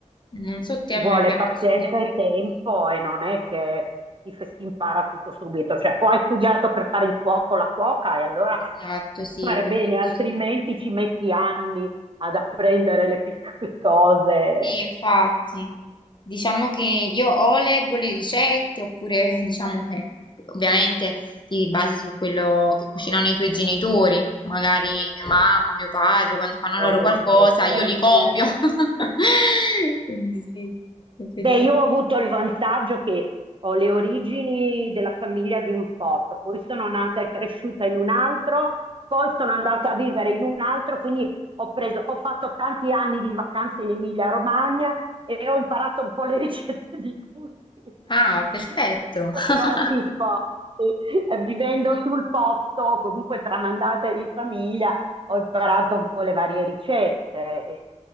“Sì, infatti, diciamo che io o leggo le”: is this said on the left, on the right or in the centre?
Left